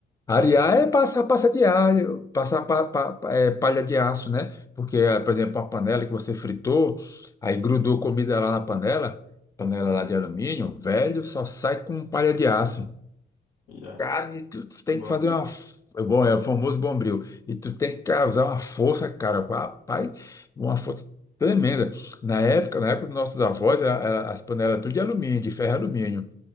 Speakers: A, on the left; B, on the left.
A: Arear é passar passa de alho, passar pa- pa- pa- é, palha de aço, né? Porque, eh, por exemplo, uma panela que você fritou, aí grudou comida lá na panela, panela
B: Hum,
A: lá de alumínio, velho, só sai com palha de aço.
B: já?
A: Cara, e tu, tu tem
B: O Brombil.
A: que fazer uma. f- é Bom, é o famoso bombril. E tu tem que causar uma força, cara, rapaz, uma força tremenda. Na época, na época dos nossos avós, a- a- as panelas tudo de alumínio, de ferro e alumínio.